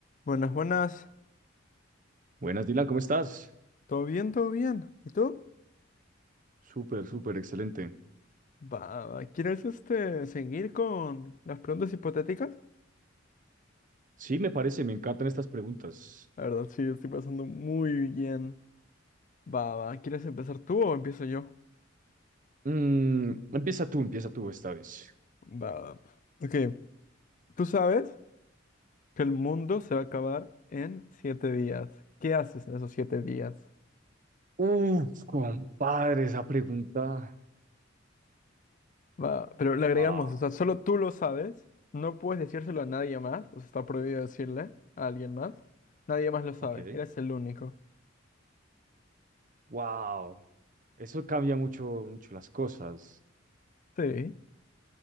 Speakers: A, on the left (about 40°); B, on the right (about 40°).
A: Buenas, buenas.
B: Buenas, Dylan, ¿cómo estás?
A: ¿Todo bien? ¿Todo bien? ¿Y tú?
B: Súper, súper, excelente.
A: Va, va, ¿Quieres este, seguir con las preguntas hipotéticas?
B: Sí, me parece, me encantan estas preguntas.
A: La verdad, sí, estoy pasando muy bien. Va, va, ¿Quieres empezar tú o empiezo yo?
B: Mm, empieza tú, empieza tú esta vez.
A: Va, va. Ok, tú sabes que el mundo se va a acabar en siete días. ¿Qué haces en esos siete días?
B: Uf, compadre, esa pregunta.
A: Va, pero le agregamos,
B: Wow,
A: o sea, solo tú lo sabes. No puedes decírselo a nadie más. O sea, está prohibido decirle a alguien más. Nadie más lo sabe.
B: Ok,
A: Eres el único.
B: wow. Eso cambia mucho, mucho las cosas.
A: Sí.